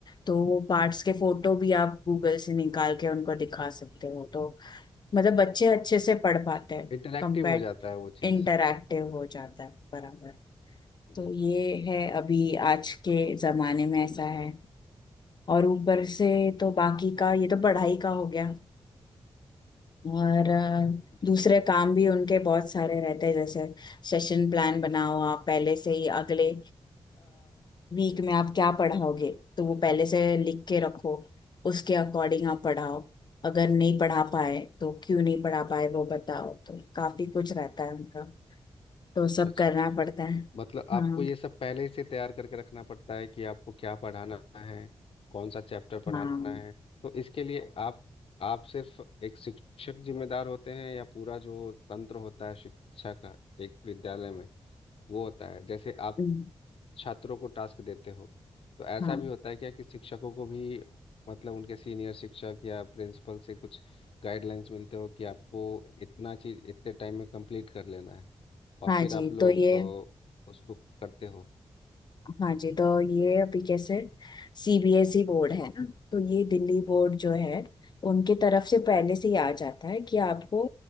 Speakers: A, on the left; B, on the left.
A: तो वो पार्ट्स के फोटो भी आप गूगल से निकाल के उनको दिखा सकते हो तो मतलब बच्चे अच्छे से पढ़ पाते हैं
B: इंटरेक्टिव
A: कंपेयर
B: हो जाता है वो चीज़
A: इंटरैक्टिव हो जाता है बराबर
B: जी
A: तो ये है अभी आज के जमाने में ऐसा है और ऊपर से तो बाकी का ये तो पढ़ाई का हो गया और अ,
B: जी
A: दूसरे काम भी उनके बहुत सारे रहते हैं जैसे सेशन प्लान बनाओ आप पहले से ही अगले वीक में आप क्या पढ़ाओगे तो वो पहले से लिख के रखो उसके अकॉर्डिंग आप पढ़ाओ अगर नहीं पढ़ा पाए तो क्यों नहीं पढ़ा पाए वो बताओ तो काफी कुछ रहता है उनका तो सब
B: अच्छा अच्छा
A: करना पड़ता है
B: मतलब
A: हाँ
B: आपको ये सब पहले से तैयार करके रखना पड़ता है कि आपको क्या पढ़ाना है कौन सा चैप्टर पढ़ाना
A: हाँ
B: है तो इसके लिए आप आप सिर्फ एक शिक्षक जिम्मेदार होते हैं या पूरा जो तंत्र होता है शिक्षा का एक विद्यालय में वो होता है जैसे आप
A: हम्म,
B: छात्रों को टास्क देते हो तो ऐसा
A: हाँ
B: भी होता है क्या कि शिक्षकों को भी मतलब उनके सीनियर शिक्षक या प्रिंसिपल से कुछ गाइडलाइंस मिलते हो कि आपको इतना चीज इतने टाइम में कंप्लीट कर लेना है और
A: हाँ
B: फिर
A: जी
B: आप लोग
A: तो ये
B: अ, उसको करते हो
A: हाँ जी तो ये अभी कैसे सीबीएसई बोर्ड है ना तो ये दिल्ली बोर्ड जो है उनके तरफ से पहले से ही आ जाता है कि आपको